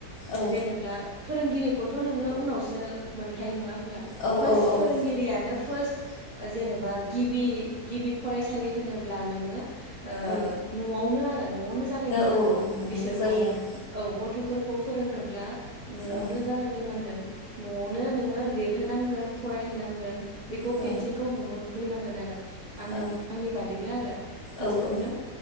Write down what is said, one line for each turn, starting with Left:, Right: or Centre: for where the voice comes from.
Left: औ
Right: जेनेब्ला फोरोंगिरिखौथ' नोङो उनावसो मोनखायो नङा होमब्ला
Left: औ
Right: फार्स्ट
Left: औ
Right: फोरोंगिरियानो
Left: औ
Right: फार्स्ट जेनेबा गिबि गिबि फरायसालि होनोब्ला नोङो ओ
Left: औ
Right: न'आवनो आरो न'आवनो जागायग्रोनांगौ
Left: औ औ न'आवनो
Right: बिसोरखौ
Left: जायो आरो
Right: औ ग थ'फोरखौ फोरोंनोब्ला न'आवनो
Left: औ
Right: जागायग्रोनांगोन। न'आवनो नोङो लिरहोनांगोन फरायहोनांगोन बेखौ
Left: औ
Right: पेन्सिलखौ हमो होनांगोन आरो आंनि
Left: औ
Right: आंनि बादिब्ला आरो फास्टावनो
Left: औ औ